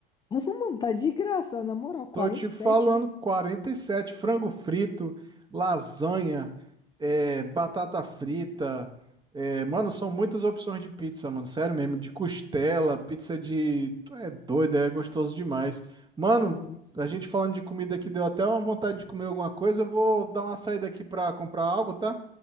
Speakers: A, on the left; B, on the right.
A: <laughs> Mano, tá de graça, na moral. quarenta
B: Tô te falando,
A: e sete é?
B: 47 frango frito, lasanha, é, batata frita. é, mano, são muitas opções de pizza, mano. Sério mesmo, de costela, pizza de. Tu é doido, é gostoso demais. Mano,
A: Pô, isso.
B: a gente falando de comida aqui deu até uma vontade de comer alguma coisa. Eu vou dar uma saída aqui pra comprar algo, tá?